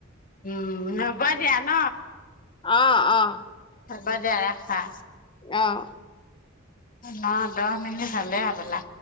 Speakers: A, on the left (about 40°); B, on the left (about 25°).
A: উম হ'ব দিয়া ন
B: অ অ
A: হব দে ৰা হা
B: আহ
A: ন দহ মিনিট হলে হবলা